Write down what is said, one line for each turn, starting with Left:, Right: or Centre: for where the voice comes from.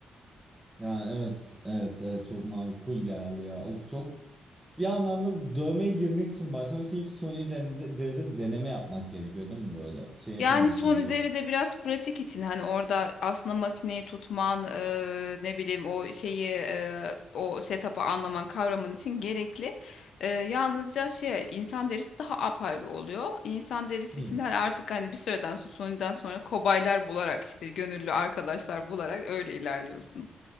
Centre: Yani evet evet evet çok makul geldi ya. Of çok bir anlamda dövmeye girmek için başlamak için ilk suni deride deneme yapmak gerekiyor değil mi böyle? Şey yapamıyorsun
Left: Yani son
Centre: direkt.
Left: de biraz pratik için hani orada aslında makineyi tutman eee, ne bileyim o şeyi eee, o setup'ı anlaman kavraman için gerekli. Eee, yalnızca şey insan derisi daha apayrı oluyor. İnsan derisi
Centre: Hı.
Left: için hani artık hani bir süreden sonra Sony'den sonra kobaylar bularak işte gönüllü arkadaşlar bularak öyle ilerliyorsun.